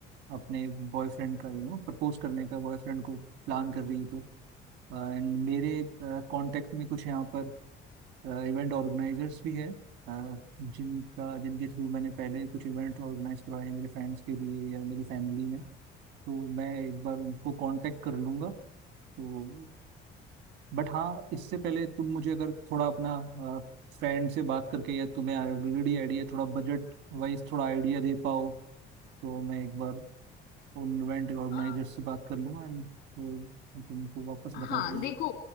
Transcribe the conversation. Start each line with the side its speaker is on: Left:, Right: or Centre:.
Right: अपने बॉयफ्रेंड का यू नो प्रपोज करने का बॉयफ्रेंड को प्लान कर रही है तो एंड मेरे कांटेक्ट में कुछ यहाँ पर इवेंट ऑर्गेनाइजर्स भी है अ, जिनका जिनके थ्रू मैंने पहले कुछ इवेंट ऑर्गेनाइज करवाए हैं मेरे फ्रेंड्स के लिए या मेरी फैमिली में तो मैं एक बार उनको कांटेक्ट कर लूंगा तो बट हाँ इससे पहले तुम मुझे अगर थोड़ा अपना फ्रेंड से बात करके या तुम्हें ऑलरेडी आइडिया थोड़ा बजट वाइज थोड़ा आइडिया दे पाओ तो मैं एक बार उन इवेंट ऑर्गेनाइजर
Left: फिर
Right: से बात कर लूंगा एंड फिर मैं तुमको वापस
Left: हाँ
Right: बता दूंगा
Left: देखो